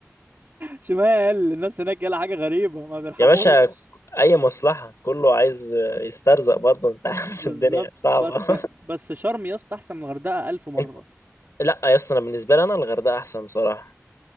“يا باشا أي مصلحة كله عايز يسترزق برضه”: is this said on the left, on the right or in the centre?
Left